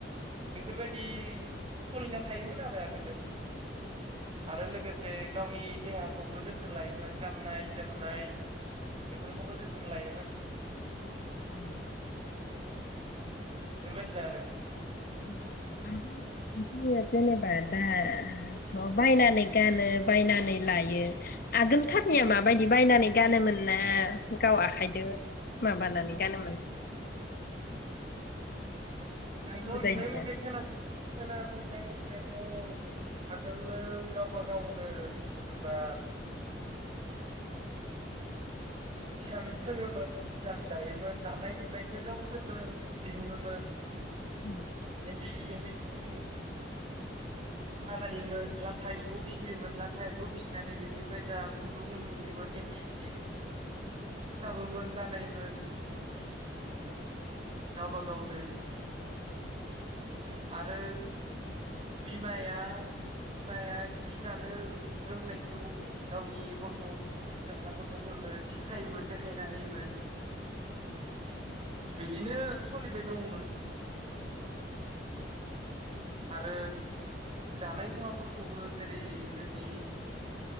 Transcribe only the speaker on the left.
उम।
उम आगोल जेनेबा दा थ। बायनानै गानो बायनानै लायो। आगोलथारनिया माबायदि बायनानै गानोमोनना गाव आखाइदो माबानानै गानोमोन।
गोदायनिया
औ।